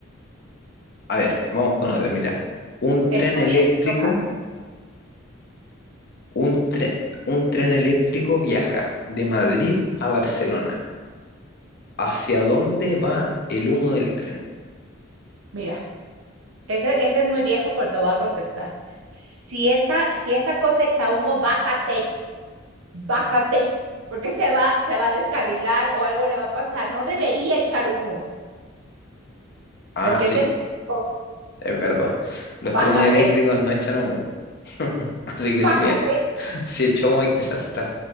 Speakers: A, on the left (about 50°); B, on the right (about 70°).
A: A ver, vamos con otro. Mira, un
B: Está
A: tren eléctrico,
B: bien, toca.
A: un tren, un tren eléctrico viaja de Madrid a Barcelona. ¿Hacia dónde va el humo del tren?
B: Mira, ese, ese es muy viejo, pero te voy a contestar. Si esa, si esa cosa echa humo, bájate, bájate, porque se va, se va a descarrilar o algo le va a pasar. No debería echar humo,
A: Ah,
B: porque
A: sí,
B: es eléctrico.
A: es verdad. Los
B: Bájate,
A: trenes eléctricos no echan humo, <laughs> así que
B: bájate,
A: si, si echa humo hay que saltar.